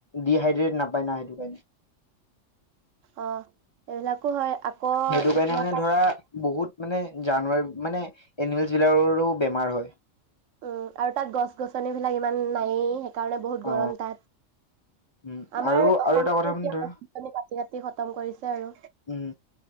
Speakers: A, on the left (about 30°); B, on the right (about 80°).
A: ডিহাইড্ৰেট নাপ উপাই না সেইটো <unintelligible>
B: অ এইবিলাক হয় আকৌ
A: সেইটো
B: এতিয়া
A: কাৰণে মানে
B: তাত
A: ধৰা বহুত মানে জানুৱাৰী মানে এনিমেল জিলাৰৰো বেমাৰ হয়
B: উম আৰু তাত গছ গছনি বিলাক ইমান নায়েই কাৰণে বহুত গৰম
A: অ
B: তাত
A: উম
B: আমাৰ
A: আৰু
B: অসমতো
A: আৰু এটা কথা
B: এতিয়া
A: মানে ধৰা
B: <unintelligible> কাতি খতম কৰিছে আৰু
A: উম